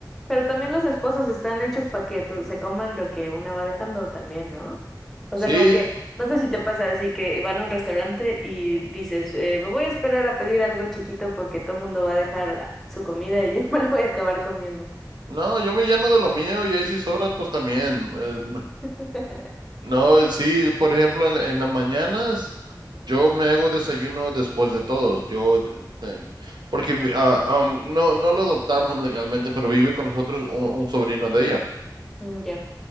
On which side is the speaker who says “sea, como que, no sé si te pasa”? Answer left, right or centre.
Centre